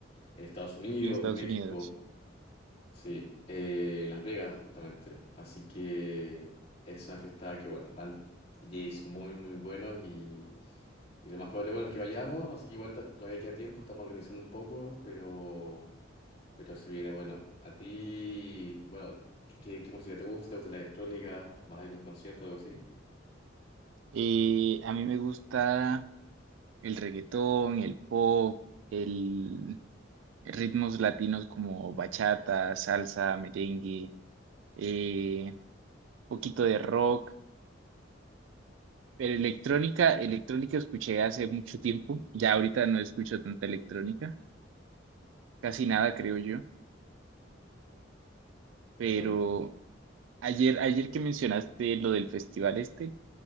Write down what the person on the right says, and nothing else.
En Estados
Unidos.
Eh, a mí me gusta el reggaetón, el pop, el ritmos latinos como bachata, salsa, merengue, eh, poquito de rock, pero electrónica, electrónica escuché hace mucho tiempo, ya ahorita no escucho tanta electrónica, casi nada creo yo, pero
ayer, ayer que mencionaste lo del festival este,